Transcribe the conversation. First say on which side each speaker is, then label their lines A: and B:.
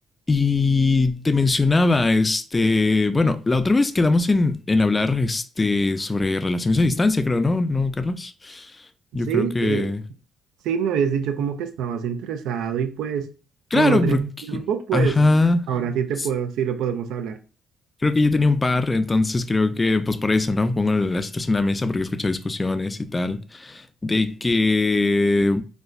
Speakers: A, on the left; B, on the right.
A: Y te mencionaba, este, bueno, la otra vez quedamos en, en hablar, este, sobre relaciones a distancia, creo, ¿no? ¿No, Carlos? Yo
B: Sí,
A: creo que,
B: que, sí, me habías dicho como que estabas interesado y pues
A: claro,
B: como no teníamos
A: porque,
B: tiempo, pues
A: ajá,
B: ahora sí te
A: s-
B: puedo, sí lo podemos hablar.
A: creo que yo tenía un par, entonces creo que, pues por eso, ¿no? Pongo la situación en la mesa porque he escuchado discusiones y tal, de que,